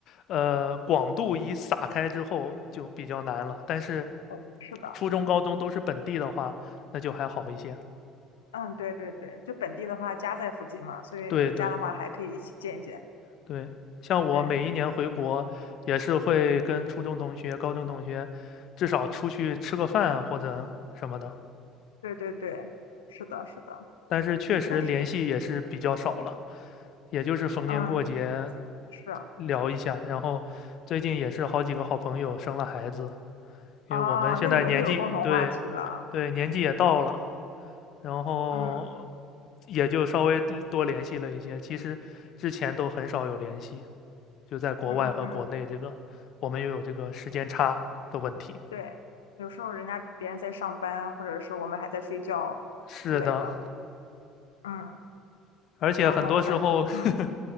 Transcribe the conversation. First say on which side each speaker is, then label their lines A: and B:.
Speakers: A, on the left (about 50°); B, on the left (about 75°).
A: 呃广度一撒开之后，就比较难了。但是
B: 哦，是的。
A: 初中、高中都是本地的话，那就还好一些。
B: 嗯，对对对，就本地的话家在附近嘛，所以回家的话还可以一起见一见。
A: 对对对，像我每一年回国，
B: 对
A: 也是会跟初中同学、高中同学，至少出去吃个饭或者什么的。
B: 对对对，是的，是的。
A: 但是确实联系也是比较少了，
B: 但是，
A: 也就是逢年过节
B: 嗯，是啊，
A: 聊一下。然后最近也是好几个好朋友生了孩子，因为我们现在年纪对
B: 哦，那你们又有共同话题了。
A: 对年纪也到了，然后
B: 嗯
A: 也就稍微多联系了一些。其实之前都很少有联系，就在国外和国内这个我们又有这个时间差的问题。
B: 嗯嗯嗯，对，有时候人家别人在上班，或者是我们还在睡觉之类的。
A: 是的，
B: 嗯，
A: 而且很多时候
B: 然后反，
A: <laughs>
B: 嗯，